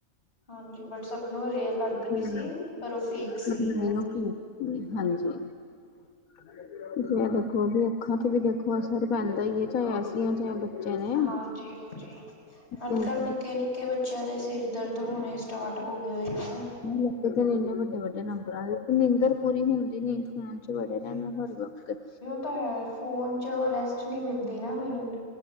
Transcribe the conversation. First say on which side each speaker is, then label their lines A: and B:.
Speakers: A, on the left; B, on the left.
A: ਹਾਂਜੀ, ਬਟ ਸਭ ਨੂੰ ਰੇਅਰ ਲੱਗਦੀ
B: ਹਮ,
A: ਪਈ ਸੀ ਪਰ ਉ ਫੇਕ ਸੀਗੀ
B: ਆਪਣਾ
A: ਉ
B: ਇਹੋ
A: ਵੀ
B: ਫੋਨ ਹਾਂਜੀ <unintelligible> ਜਿਵੇਂ ਦੇਖੋਗੇ ਅੱਖਾਂ ਤੇ ਵੀ ਦੇਖੋ ਅਸਰ ਪੈਂਦਾ ਹੀ ਹੈ ਚਾਹੇ ਐਸੀ ਆ ਚਾਹੇ ਬੱਚੇ ਨੇ
A: ਹਾਂਜੀ-ਹਾਂਜੀ <unintelligible> ਅੱਜ-ਕੱਲ੍ਹ
B: ਲੱਗੇ
A: ਨਿੱਕੇ- ਨਿੱਕੇ ਨਿੱਕੇ ਬੱਚਿਆਂ ਦੇ ਸਿਰ ਦਰਦ ਹੋਣੇ ਸਟਾਰਟ ਹੋ ਗਏ ਹੋ ਗਏ ਨੇ।
B: ਨਾਲੇ ਤੇ ਇੰਨੇ ਵੱਡੇ-ਵੱਡੇ ਦਿਨ ਨੇ ਨੀਂਦਰ ਪੂਰੀ ਹੁੰਦੀ ਨੀ। ਫੋਨ ਚ ਵੜੇ ਰਹਿਣਾ ਹਰ ਵਕਤ।
A: ਉ ਤੇ ਏ ਫੋਨ 'ਚ ਰੈਸਟ ਨਹੀਂ ਮਿਲਦੀ ਮਿਨਿਮ